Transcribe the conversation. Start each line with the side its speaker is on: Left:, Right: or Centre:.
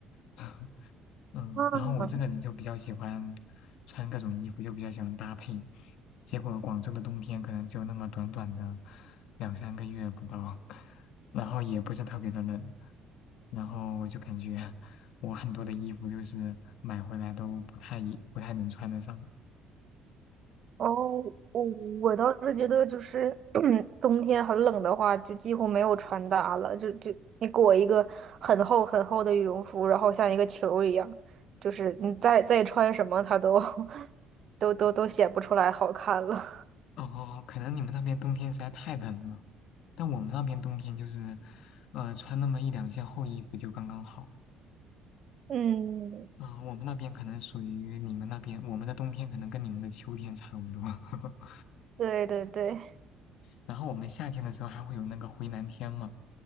Left: <laughs> 嗯，
Right: 嗯，
Left: 然后我这个人就比较喜欢穿各种衣服，就比较喜欢搭配。结果广州的冬天可能只有那么短短的两三个月不到，<laughs> 然后也不是特别的冷，然后我就感觉我很多的衣服就是买回来都不太一不太能穿得上。
Right: <laughs> 哦，我我倒是觉得就是 <clears throat> 冬天很冷的话，就几乎没有穿搭了，就就你裹一个很厚很厚的羽绒服，然后像一个球一样，就是你再再穿什么，它都 <laughs> 都都都显不出来好看了。
Left: 哦，可能你们那边冬天实在太冷了，但我们那边冬天就是，呃，穿那么一两件厚衣服就刚刚好。
Right: <laughs> 嗯。
Left: 啊、我们那边可能属于你们那边，我们的冬天可能跟你们的秋天差不多。<laughs>
Right: 对对对，
Left: 然后我们夏天的时候还会有那个回南天嘛，